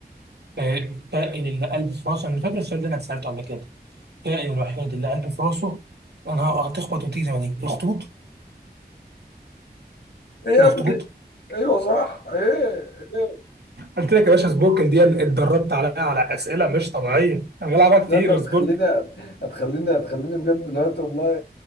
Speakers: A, on the right; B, on the left.
A: آه، الكائن اللي قلبه في راسه انا فاكر السؤال ده انا اتسالته قبل كده الكائن الوحيد اللي قلبه في راسه انا هتخبط وتيجي زي ما تيجي الاخطبوط
B: ايه يا
A: الاخطبوط
B: ابني ايوه صح ايه ايه
A: قلت لك يا باشا سبوركل دي اتدربت عليها على اسئله مش طبيعيه انا بلعبها كتير
B: لا انت هتخليني
A: سبوركل
B: هتخليني هتخليني بجد دلوقتي والله